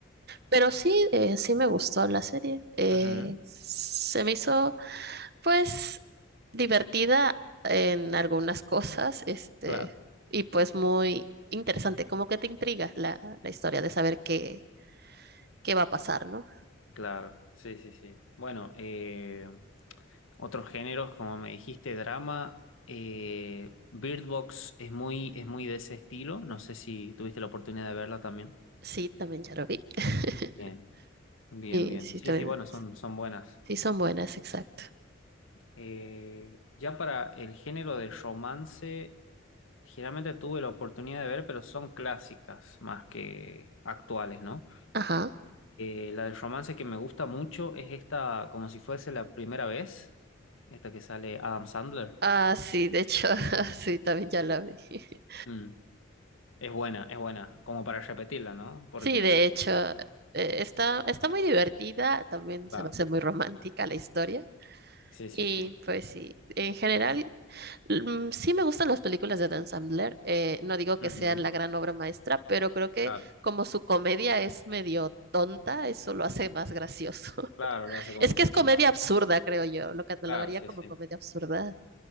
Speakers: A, on the right; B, on the left.
A: Pero sí, eh, sí me gustó la serie. Eh,
B: Ujú,
A: se me hizo, pues, divertida en algunas <laughs> cosas, este,
B: Claro,
A: y pues muy interesante, como que te intriga la, la historia de saber qué, qué va a pasar, ¿no?
B: claro, sí, sí, sí. Bueno, eh, otros géneros, como me dijiste, drama. eh, Bird Box es muy, es muy de ese estilo. No sé si tuviste la oportunidad de verla también.
A: Sí, también ya lo vi. <laughs>
B: Bien, bien,
A: Y
B: bien.
A: sí,
B: Sí,
A: también.
B: sí, bueno, son, son buenas.
A: Sí, son buenas, exacto.
B: Eh, ya para el género de romance, generalmente tuve la oportunidad de ver, pero son clásicas más que actuales, ¿no?
A: Ajá.
B: Eh, la del romance que me gusta mucho es esta, como si fuese la primera vez, esta que sale Adam Sandler.
A: Ah, sí, de hecho, <laughs> sí, también ya la vi. <laughs>
B: Mm, es buena, es buena, como para repetirla, ¿no? Porque,
A: Sí, de hecho, eh, está, está muy divertida, también
B: claro,
A: se me hace muy romántica la historia.
B: sí,
A: Y
B: sí, sí.
A: pues sí, en general, mm, sí me gustan las películas de Dan Sandler. eh, no digo que
B: Ujú,
A: sean la gran obra maestra, pero creo que
B: Claro,
A: como su comedia es medio tonta, eso lo hace más gracioso. <laughs>
B: claro, lo hace como
A: Es
B: un
A: que
B: poco
A: es comedia
B: más.
A: absurda, creo yo. Lo catalogaría
B: Claro, sí,
A: como
B: sí,
A: comedia absurda.